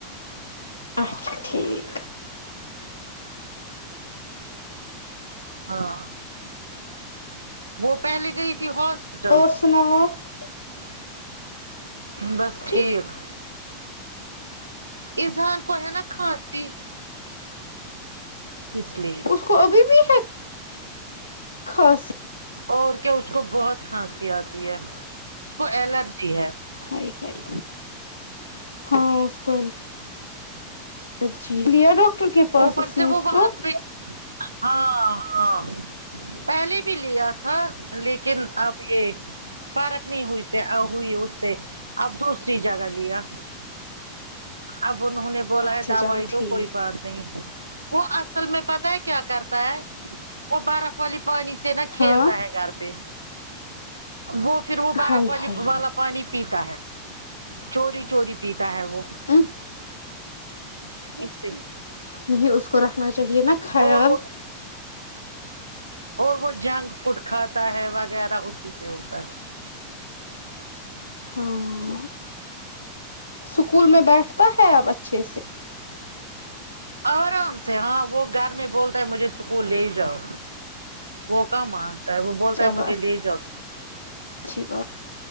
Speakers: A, on the left; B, on the right.
A: اچھا ٹھیک
B: ہاں وہ پہلے گئی تھی ہاسپٹل
A: اور سناؤ آپ
B: بس ٹھیکس
A: کی
B: اذان کو ہے نا کھانسیسی اس لیے
A: کبھی بھی ہے خاص
B: اور کیا اس کو بہت کھانسی آتی ہے اس کو الرجی ہے
A: ہائی ہائی ہاں اس کو الرجی لیا ڈاکٹر کے پاس
B: اوپر
A: اس
B: سے
A: نے اس
B: وہ وہاں
A: کو
B: پہ ہاں ہاں پہلے بھی لیا تھا لیکن اب یہ فرق نہیں ہوئی سے ہوئی اس سے اب دوسری جگہ لیا اب انہوں نے بولا
A: اچھا
B: ہے دعوائی
A: چلو ٹھیک
B: دو کوئی بات نہیں وہ اصل میں پتا ہے کیا کرتا ہے وہ برف والی پانی سے نا کھیلتا
A: ہاں
B: ہے گھر پہ وہ پھر وہ بارف
A: ہائی ہائی
B: پی والا پانی پیتا ہے چوری چوری پیتا ہے وہ
A: <inaudible>
B: اس سے
A: نہیں اس کو رکھنا چاہیے نا خیال
B: اور وہ اور وہ جنگ فوڈ کھاتا ہے وغیرہ اسی سے ہوتا ہے
A: ہاں اسکول میں بیٹھتا ہے آپ اچھے سے
B: آرام سے ہاں وہ گھر میں بولتا ہے مجھے اسکول لے جاؤ وہ کا مانتا ہے وہ بولتا
A: چلو
B: ہے مجھے لے جاو
A: اچھی بات